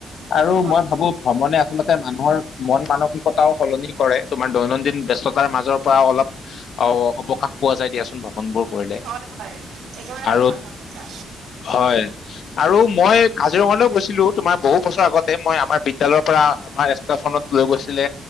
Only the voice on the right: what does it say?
হয়
হয় হয়, একেবাৰে সঁচা
কথা কৈছা।